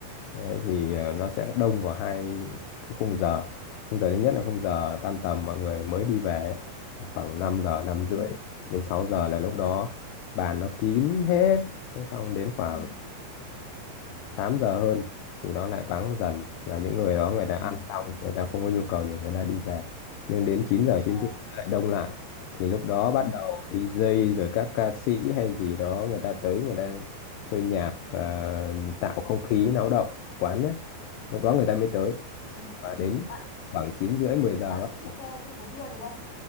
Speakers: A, on the left (about 80°); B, on the left (about 35°).
A: Đấy, thì ờ, nó sẽ đông vào hai cái khung giờ khung giờ thứ nhất là khung giờ tan tầm mọi người mới đi về ấy. là khoảng 5 giờ 5 rưỡi
B: Ừ,
A: đến 6 giờ là lúc đó bàn nó kín hết thế xong đến khoảng
B: ừ,
A: 8 giờ hơn thì nó lại vắng dần là những người đó người ta
B: ừ,
A: ăn xong người ta không có nhu cầu thì người ta đi về nhưng đến 9 giờ chín
B: Ờ,
A: rưỡi lại đông lại thì lúc đó bắt
B: ừ,
A: đầu đi DJ rồi các ca sĩ hay gì đó người ta tới người ta chơi nhạc ờ, tạo không khí náo động quán đấy lúc đó người ta mới tới
B: ừ.
A: và đến
B: bạn
A: khoảng 9 rưỡi 10 giờ
B: bạn
A: bắt
B: cũng thích
A: đầu.
B: ờ, uống bia đúng không